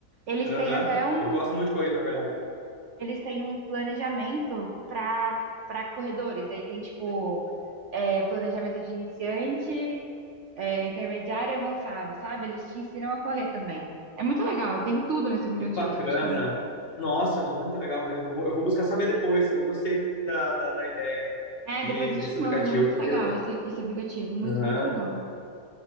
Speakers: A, on the right; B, on the left.
A: Eles
B: Aham.
A: têm até um
B: Eu gosto muito de corrida, na verdade.
A: eles têm um planejamento para para corredores. Aí tem tipo é, planejamento de iniciante, é, intermediário e avançado, sabe? Eles te ensinam a correr também. É muito legal, tem tudo nesse aplicativo,
B: Que bacana.
A: praticamente.
B: Nossa, muito legal mesmo. Eu vou, eu vou buscar saber depois. Eu gostei da, da, da ideia
A: É,
B: de,
A: depois eu
B: desse
A: te mando,
B: aplicativo,
A: é muito
B: porque
A: legal esse, aqui- esse aplicativo, muito,
B: Aham.
A: muito legal.